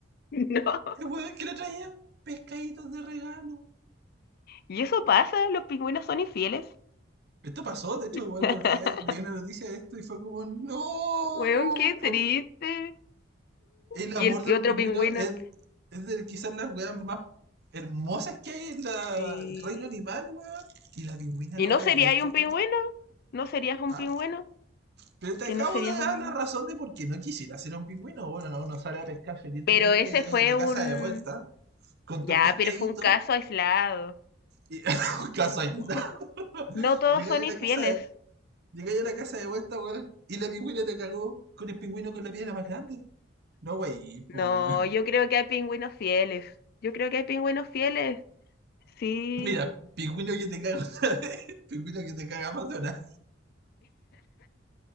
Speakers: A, on the left; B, on the right.
A: ¡No!
B: El weón que le traía pescaditos de regalo.
A: ¿Y eso pasa? ¿Los pingüinos son infieles?
B: Esto pasó, de hecho,
A: <laughs>
B: bueno, leí una noticia de esto y fue como, no,
A: Weón, qué
B: ¿por
A: triste.
B: el
A: Y
B: amor
A: el pi-
B: de un
A: otro
B: pingüino
A: pingüino.
B: es, es de quizás las weas más hermosas que hay en la
A: Sí.
B: el reino animal, weón. Y la pingüina
A: ¿Y
B: lo
A: no
B: cagó,
A: sería ahí
B: pues,
A: un pingüino?
B: weón.
A: ¿No serías un
B: Ah,
A: pingüino?
B: pero te
A: que
B: acabo
A: no serías
B: de dar
A: un...
B: la razón de por qué no quisiera ser un pingüino. Bueno, no, uno sale a pescar feliz de
A: Pero
B: la vida,
A: ese
B: llegáis
A: fue
B: a la casa
A: un...
B: de vuelta con
A: Ya,
B: tu pescadito.
A: pero fue un caso aislado.
B: Y, <laughs> casa aislada.
A: <laughs> No todos
B: Llegáis
A: son infieles.
B: a la casa de, llegáis a la casa de vuelta, weón. Y la pingüina te cagó con el pingüino con la piedra más grande. No, wey,
A: No,
B: pues
A: yo creo que hay pingüinos fieles. Yo creo que hay pingüinos fieles. Sí.
B: <laughs> Mira, pingüino que te caga una vez, <laughs> pingüino que te caga más de una